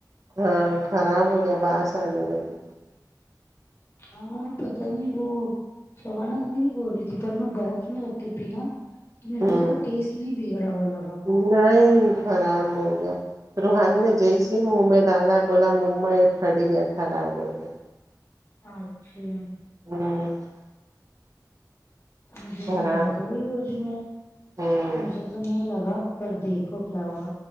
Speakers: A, on the right; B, on the left.
A: ہاں خراب ہو گیا باس آنے لگی
B: ہاں پتا نہیں وہ شبانا بول رہی تھی پر میں برف میں رکھتی پینا میرے
A: ہوں
B: کو اس کا ٹیسٹ نہیں بگڑا ہوا لگا
A: نہیں خراب ہو گیا روحان نے جی س منہ میں دادا بولا ما یہ پڑییا خراب ہو گیا
B: اچھا
A: ہوں
B: مجھے نہیں
A: خراب
B: لگا تو وہی بو جی میں
A: ہوں
B: مجھے تو نہیں لگا پر دیکھو کیا ہوا